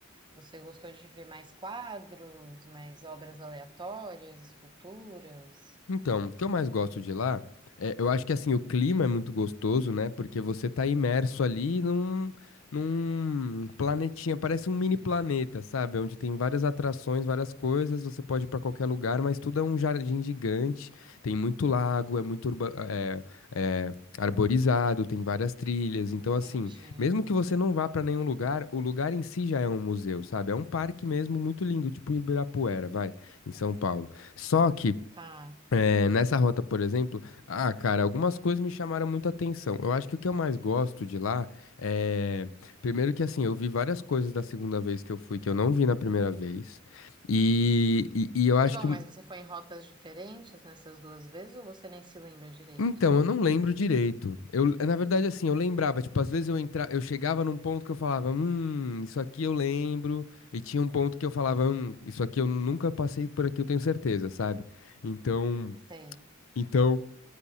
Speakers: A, on the right; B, on the left.
A: Você gostou de ver mais quadros, mais obras aleatórias, esculturas?
B: Então, o que eu mais gosto de lá, é, eu acho que assim, o clima é muito gostoso, né? Porque você tá imerso ali num, num planetinha, parece um mini planeta, sabe? Onde tem várias atrações, várias coisas, você pode ir pra qualquer lugar, mas tudo é um jardim gigante, tem muito lago, é muito urba- é, é, arborizado, tem várias trilhas. Então, assim,
A: Entendi.
B: mesmo que você não vá pra nenhum lugar, o lugar em si já é um museu, sabe? É um parque mesmo muito lindo, tipo Ibirapuera, vai, em São Paulo. Só que
A: Tá.
B: é, nessa rota, por exemplo, ah, cara, algumas coisas me chamaram muito a atenção. Eu acho que o que eu mais gosto de lá é. Primeiro que assim, eu vi várias coisas da segunda vez que eu fui que eu não vi na primeira vez. E, e, e eu acho
A: Que bom,
B: que.
A: mas você foi em rotas diferentes nessas duas vezes ou você nem se lembra direito?
B: Então, eu não lembro direito. Eu, na verdade, assim, eu lembrava, tipo, às vezes eu entra, eu chegava num ponto que eu falava, hum, isso aqui eu lembro. E tinha um ponto que eu falava, hum, isso aqui eu nunca passei por aqui, eu tenho certeza, sabe? Então.
A: Sei.
B: Então.